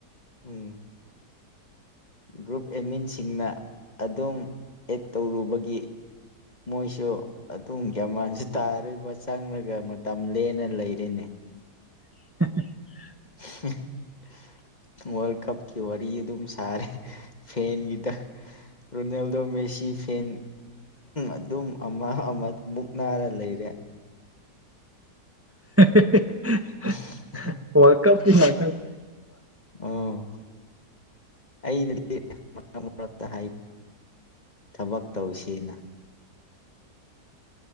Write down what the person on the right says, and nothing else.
<unintelligible>
<unintelligible>
ꯋꯥꯔꯜ ꯀꯞꯀꯤ ꯍꯥꯏ